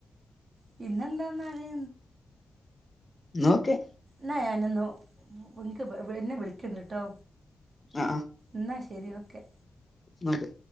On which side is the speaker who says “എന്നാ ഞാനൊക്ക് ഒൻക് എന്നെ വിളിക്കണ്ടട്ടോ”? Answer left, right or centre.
Right